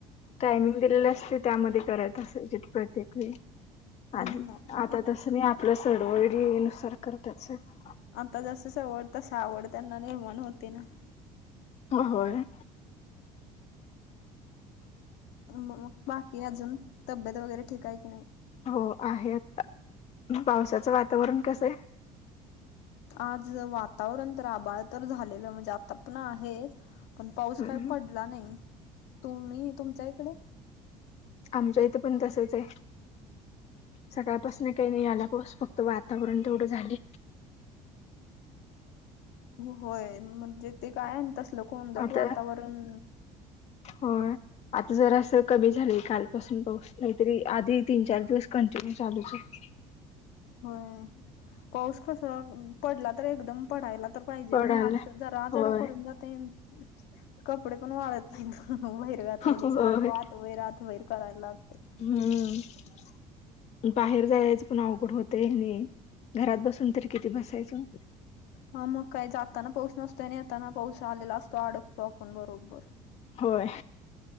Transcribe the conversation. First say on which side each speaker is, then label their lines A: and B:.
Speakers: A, on the left; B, on the left.
A: टाइमिंग दिलेले असते, त्यामध्ये करायचं असेल प्रत्येक वेळी.
B: हम्म
A: आधी आता तसं नाही, आपल्या सडवडी नुसार करत्यात सगळी.
B: आता जास्त सवड तसं, आवड त्यांना निर्माण. होते ना.
A: होय.
B: मग बाकी अजून, तब्येत वगैरे ठीक ये कणी.
A: हो आहे आता, पावसाचं वातावरण कसं ये.
B: आज वातावरण तर आबाळ तर झालेलं म्हणजे, आता पण आहेच. पण पाऊस काय
A: हम्म हम्म.
B: पडला नाही, तुम्ही तुमच्या इकडे.
A: आमच्या इथे पण तसंच ये. सकाळपासून काय नाही आला पाऊस, फक्त वातावरण तेवढं झालंय.
B: होय म्हणजे ते काय अन, तसल कोणदट
A: आता
B: वातावरण.
A: होय आता जरासं कमी झालं कालपासून पाऊस, नाहीतरी आधी तीन चार दिवस कंटिन्यू चांलूच होता.
B: होय, पाऊस कसा पडला तर एकदम पडायला तर पाहिजे
A: पडायला
B: ना हे असं जरा
A: होय
B: जरा पडून जातयं. कपडे पण वाळत नाहीत बाहेर घातले की,
A: होय
B: सारखं आत बाहेर आत बाहेर करायला लाग
A: हम्म. बाहेर जायचं पण अवघड होतय आणि घरात बसून तरी किती बसायचं.
B: हा मग काय जाताना पाऊस नसतोय आणि येताना पाऊस आलेला असतो अडकतो आपण बरोबर.
A: होय.